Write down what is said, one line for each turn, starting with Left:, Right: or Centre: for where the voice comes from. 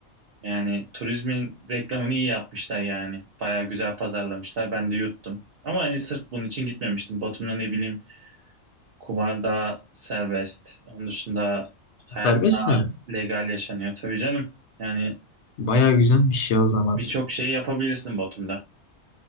Right: yani turizmin reklamını iyi yapmışlar yani. Baya güzel pazarlamışlar. Ben de yuttum. Ama hani sırf bunun için gitmemiştim. Batum'da ne bileyim kumar daha serbest. Onun dışında hayat
Left: Serbest
Right: daha
Left: mi?
Right: legal yaşanıyor. Tabii canım. Yani
Left: Bayağı güzelmiş ya o zaman.
Right: Birçok şey yapabilirsin Batum'da.